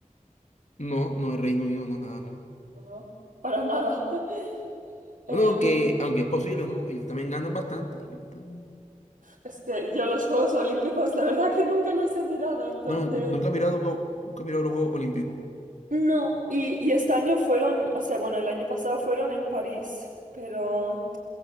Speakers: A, on the left; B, on the right.
A: No, no es Reino Unido, no, nada, no.
B: ¿o no? Para nada. <laughs>
A: Bueno,
B: Em,
A: aunque, aunque es posible, ¿no? Ellos también ganan bastante. Yo también.
B: es que yo los Juegos Olímpicos, la verdad que nunca los he mirado, entonces...
A: No, n- nunca he mirado, huevo- nunca he mirado los Juegos Olímpicos.
B: No, y, y este año fueron, o sea, bueno, el año pasado fueron en París, pero...